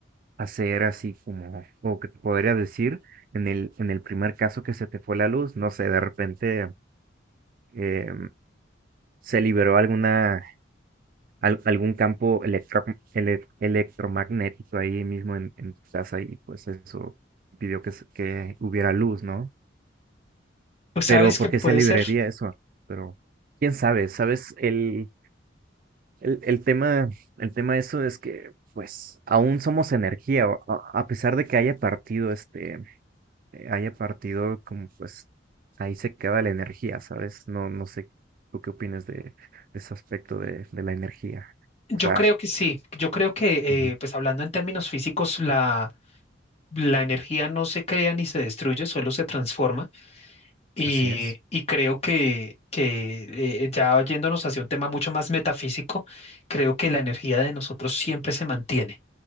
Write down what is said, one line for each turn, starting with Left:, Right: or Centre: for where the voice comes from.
Right: hacer así como, o que te podría decir en el, en el primer caso que se te fue la luz, no sé, de repente eh, se liberó alguna, al- algún campo electro- ele- electromagnético ahí mismo en, en tu casa y pues eso pidió que, se- que hubiera luz, ¿no?
Left: Pues sabes
Right: Pero
Left: que
Right: ¿por
Left: puede
Right: qué se liberaría
Left: ser.
Right: eso? Pero quién sabe, ¿sabes? El, el, el tema, el tema de eso es que pues aún somos energía, o- a, a pesar de que haya partido este eh, haya partido, como pues ahí se queda la energía, ¿sabes? No, no sé, ¿tú qué opinas de, de ese aspecto de, de la energía?
Left: Yo
Right: O sea,
Left: creo que sí. Yo creo que,
Right: Ujú.
Left: eh, pues hablando en términos físicos, la, la energía no se crea ni se destruye, solo se transforma. Y,
Right: así es,
Left: y creo que, que eh, ya yéndonos hacia un tema mucho más metafísico, creo que la energía de nosotros siempre se mantiene,